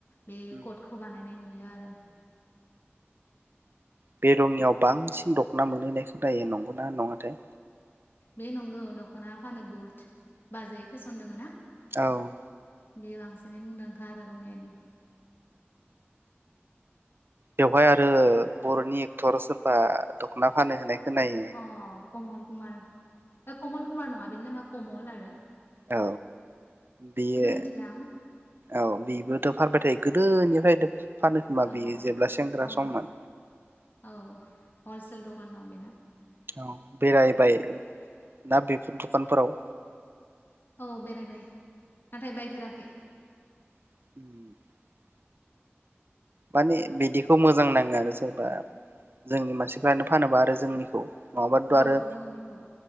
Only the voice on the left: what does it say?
बे
कटखौ बानायनाय नुयो । नुयो आरो
बे नंगौ दख'ना फानो बुट बाजै फेसन दोङोना?
बे बांसिनै मुंदांखा आरो रंगियानि ।
अ कमल कुुमार कमल कुमार नंङा बेनि नामा कमल आरो ।
मिथिला
औ
औ
औ हलसेेल द मान दं बिना
औ बेरायबाय नाथाय बायफेराखै।
औ जोंनिखौ